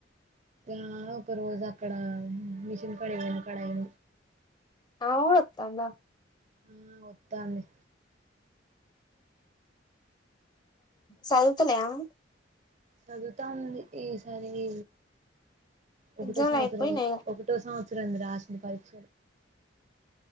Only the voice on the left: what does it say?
ఆ ఊడుత అందా
సదువుతున్నావా
ఎగ్జామ్లు
అయిపోయినాయి